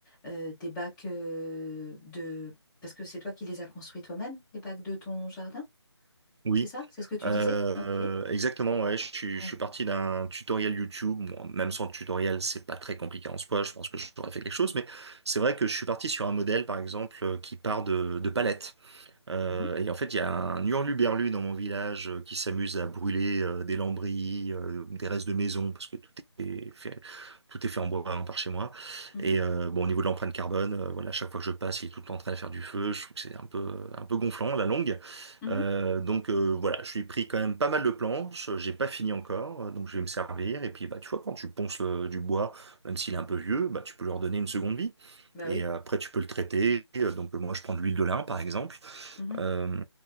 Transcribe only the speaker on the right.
Oui,
euh,
exactement. Ouais, je suis,
je suis parti d'un tutoriel YouTube. Bon, même sans tutoriel, c'est pas très compliqué en soi. Je pense que j'aurais fait quelque chose, mais c'est vrai que je suis parti sur un modèle, par exemple, euh, qui part de, de palettes. Euh,
et en fait, il y a un hurluberlu dans mon village euh, qui s'amuse à brûler euh, des lambris, euh, des restes de maison, parce que tout est fait, tout est fait en bois hein, par chez moi.
Et euh, bon, au niveau de l'empreinte carbone, euh, voilà, chaque fois que je passe, il est tout le temps en train de faire du feu. Je trouve que c'est un peu, un peu gonflant, à la longue.
Euh, donc euh, voilà, je lui ai pris quand même pas mal de planches. J'ai pas fini encore, euh, donc je vais me servir. Et puis bah tu vois, quand tu ponces le- du bois, même s'il est un peu vieux, bah tu peux leur donner une seconde vie.
Et
euh, après, tu peux le traiter. Euh, Donc, euh, moi, je prends de l'huile de lin, par exemple.
Euh,